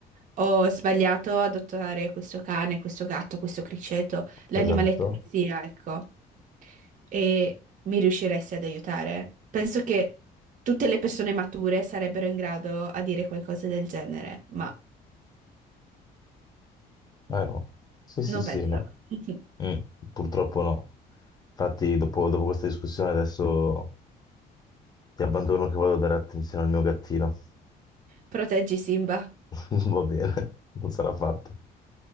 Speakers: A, on the right; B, on the left.
A: ho sbagliato ad adottare questo cane, questo gatto, questo criceto, l'animaletto
B: esatto.
A: che sia, ecco, e mi riusciresti ad aiutare, penso che tutte le persone mature sarebbero in grado a dire qualcosa del genere, ma
B: Ah no, sì, sì,
A: non
B: sì,
A: penso.
B: no.
A: <laughs>
B: Mm, purtroppo no. Infatti, dopo, dopo questa discussione, adesso ti abbandono che vado a dare attenzione al mio gattino.
A: Proteggi Simba.
B: <laughs> Va bene, non sarà fatto.